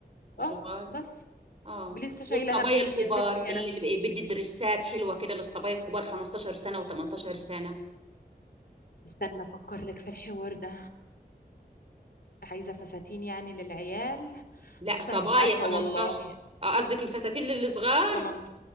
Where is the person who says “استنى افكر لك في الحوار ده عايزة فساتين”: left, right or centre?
Left